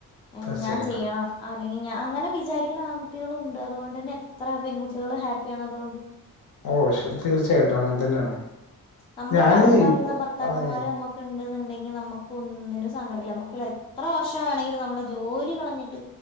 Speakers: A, on the left; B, on the left.
A: ണം
B: തീർച്ചയായിട്ടും
A: ഞാൻ ചെയ്യണം അല്ലെങ്കിൽ ഞാൻ അങ്ങനെ വിചാരിക്കണം ആൺകുട്ടികളും ഉണ്ട് അതുകൊണ്ട് തന്നെ എത്ര പെൺകുട്ടികളും ഹാപ്പിയാണ് അതുകൊണ്ട്
B: ഓ തീർച്ചയായിട്ടും അങ്ങനെ തന്നെയാണ്
A: നമ്മള്
B: ഞാന്
A: കണ്ടറിയുന്ന
B: ഇപ്പ
A: ഭർത്താക്കന്മാര്
B: അതെ
A: നമ്മുക്ക് ഉണ്ടെന്നുണ്ടെങ്ക നമ്മുക്ക് ഒന്നിനും സങ്കടം ഇല്ല എത്ര വർഷം ആണെങ്കിലും നമ്മള് ജോലി കളഞ്ഞിട്ട്